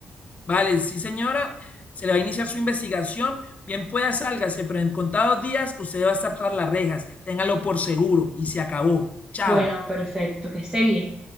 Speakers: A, on the left; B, on the right.
A: Vale, sí señora, se le va a iniciar su investigación, bien pueda sálgase, pero en contados días usted va a estar tras las rejas, téngalo por seguro y se acabó. Chao.
B: Bueno, perfecto, que esté bien.